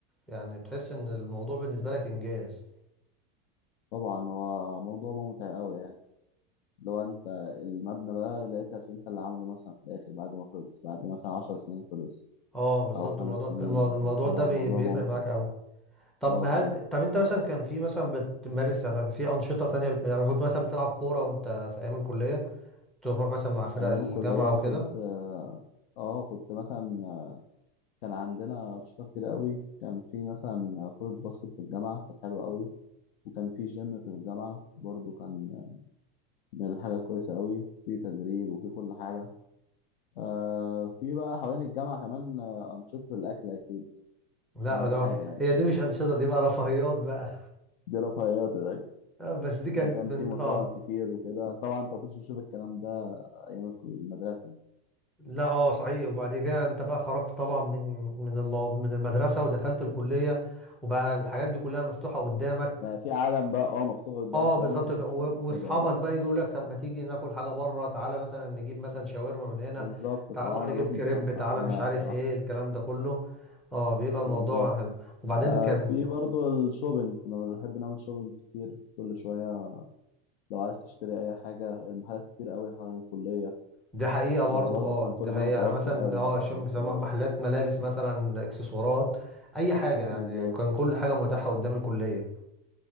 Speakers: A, in the centre; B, on the left.
A: يعني بتحس ان الموضوع بالنسبه لك انجاز
B: طبعا هو موضوع ممتع قوي يعني لو انت المبنى بقى لقيتك انت اللي عامله مثلا في الاخر بعد ما خلص بعد مثلا عشر سنين خلص
A: اه بالظبط
B: او خمس
A: الموضوع
B: سنين
A: المو- الموضوع
B: فطبعا
A: ده بي-
B: الموضوع
A: بيفرق
B: ممتع
A: معاك قوي طب
B: اه
A: هل
B: طبعا
A: طب انت مثلا كان في مثلا بتمارس يعني في انشطه تانية بت... يعني كنت مثلا بتلعب كوره وانت في ايام الكليه تروح مثلا مع فرق
B: ايام
A: الجامعه
B: الكلية
A: وكده
B: كنت اه كنت مثلا كان عندنا انشطة كتير قوي كان في مثلا كرة باسكت في الجامعة كانت حلوة قوي وكان في جيم في الجامعة برضو كان من الحاجة الكويسة قوي في تدريب وفي كل حاجة آه في بقى حوالين الجامعة كمان آه، أنشطة الأكل أكيد
A: لا
B: اهم
A: ده
B: حاجه يعني
A: هي دي مش أنشطة دي بقى رفاهيات بقى
B: دي رفاهيات الاكل
A: آه، بس دي كانت
B: فكان
A: من
B: في مطاعم
A: اه
B: كتير وكده طبعا انت ما كنتش بتشوف الكلام ده ايام الك- المدرسه يعني
A: لا اه صحيح وبعد كده انت بقى خرجت طبعا من من المو... من المدرسة ودخلت الكلية وبقى الحاجات دي كلها مفتوحة قدامك
B: بقى في عالم بقى اه مفتوح قدامك
A: اه بالظبط
B: عمرك ما
A: كده
B: شفته
A: و-
B: قبل
A: واصحابك
B: كده يعني
A: بقى يجوا يقول لك طب ما تيجي ناكل حاجة بره تعالى مثلا نجيب مثلا شاورما من هنا
B: بالظبط
A: تعالى
B: تعالى
A: نروح نجيب
B: نروح
A: كريب
B: نتفسح
A: تعالى
B: هنا
A: مش عارف
B: صراحه
A: ايه الكلام ده كله اه بيبقى
B: بالظبط
A: الموضوع حلو وبعدين
B: آه
A: كان
B: في برضو الشوبينج كنا بنحب نعمل شوبينج كتير كل شويه لو عايز تشتري اي حاجه المحلات كتير قوي حوالين الكليه
A: دي حقيقة برضه
B: فبرضه
A: اه
B: كان كل
A: دي حقيقة
B: ده متوفر
A: يعني مثلا
B: قوي يعني
A: اه شوبينج
B: حوالين الكليه
A: سواء محلات ملابس مثلا اكسسوارات اي حاجة يعني
B: بالظبط
A: كان كل حاجة متاحة قدام الكلية